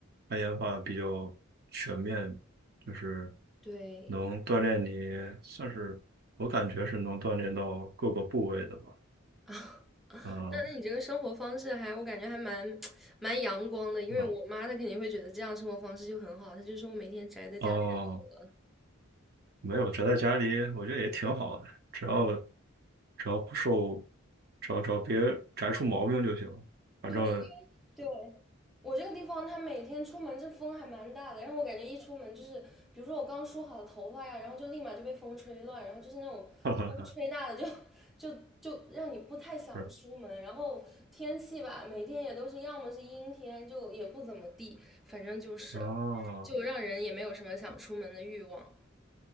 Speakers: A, on the right (about 50°); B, in the centre.
A: 攀岩的话比较全面，就是
B: 对
A: 能锻炼你，算是我感觉是能锻炼到各个部位的吧。
B: <laughs> 啊，
A: 嗯
B: 那那你这个生活方式还我感觉还蛮 <tsk> 蛮阳光的，因为我妈她肯定会觉得这样生活方式就很好，
A: 啊
B: 她就说我每天宅在家太多了。
A: 哦。没有，宅在家里，我觉得也挺好的，只要只要不受，只要只要别宅出毛病就行。反正，
B: 对。对，我这个地方，它每天出门这风还蛮大的，然后我感觉一出门就是，比如说我刚梳好头发呀，然后就立马就被风吹乱，然后就是那种风吹大的就
A: <laughs> 哈哈哈，
B: 就就让你不太想出门，
A: 是
B: 然后天气吧，每天也都是要么是阴天，就也不怎么地，反正就是
A: 啊，
B: 就让人也没有什么想出门的欲望。